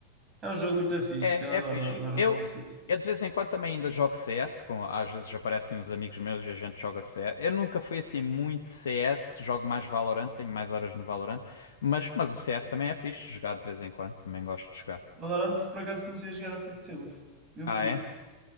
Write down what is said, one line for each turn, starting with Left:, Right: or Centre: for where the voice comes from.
Right: É um jogo muito fixe.
Left: É,
Right: Eu adoro,
Left: é fixe.
Right: adoro
Left: Eu,
Right: Rainbow Six.
Left: eu de vez em quando também ainda jogo CS, com, às vezes aparecem uns amigos meus e a gente joga CS. Eu nunca fui assim muito CS, jogo mais Valorant, tenho mais horas no Valorant, mas, mas o CS também é fixe, jogar de vez em quando, também gosto de jogar.
Right: Valorant, por acaso, comecei a jogar há pouco tempo. Eu
Left: Ah,
Right: curto.
Left: é?